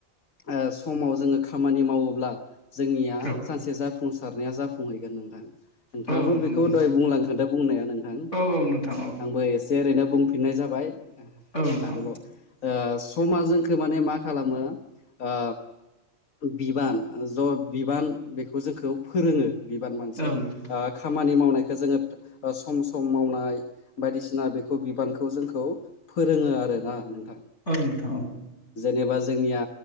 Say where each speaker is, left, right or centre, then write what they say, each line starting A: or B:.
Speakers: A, on the left; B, on the left.
A: ओ समाव जोङो खामानि मावोब्ला जोंनिया
B: औ
A: सानसे जाफुंसारनाया जाफुंहैगोन नोंथां नोंथाङाबो
B: औ नंगौ
A: बेखौ
B: नोंथां
A: दहाय बुंलांखादों बुंनाया नोंथां ओ
B: औ औ नोंथां औ
A: आंबो एसे ओरैनो बुं फिननाय जाबाय
B: औ नोंथां
A: आरोबाव ओ समा जोंखौ माने मा खालामो ओ बिबान ज' बिबान बेखौ जोंखौ फोरोङो बिबान मोनसे
B: औ नोंथां
A: ओ खा मानि मावनायखौ जोङो सम सम मावनाय बायदिसिना बेखौ बिबानखौ जोंखौ फोरोङो आरोना नोंथां
B: औ नोंथां औ
A: जेनेबा जोंनिया